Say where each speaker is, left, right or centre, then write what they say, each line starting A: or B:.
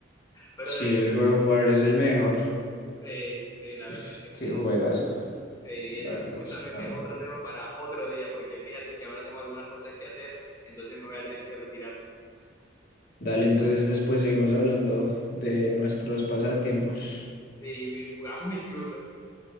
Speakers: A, on the left; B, on the left.
A: Pero
B: sí,
A: de hecho,
B: el God of War es el mejor.
A: sí, sí, la verdad
B: Ush,
A: es que
B: qué
A: sí.
B: juegazo,
A: Sí,
B: la
A: eso
B: verdad,
A: es justamente
B: sí, también.
A: otro tema para otro día, porque fíjate que ahora tengo algunas cosas que hacer, entonces me voy a tener que retirar.
B: Dale, entonces después seguimos hablando de nuestros pasatiempos.
A: Sí, jugamos incluso.